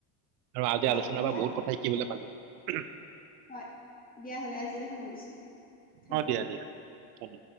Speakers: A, on the right; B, on the left.
A: আৰু আজি
B: হয়
A: আলোচনাৰ
B: দিয়া
A: বা বহুত কথা শিকিবলৈ পালো।
B: হয় দিয়া, হ'লে আজিলৈ সামৰিছো, ধন্যবাদ।
A: অ দিয়া দিয়া ধন্যবাদ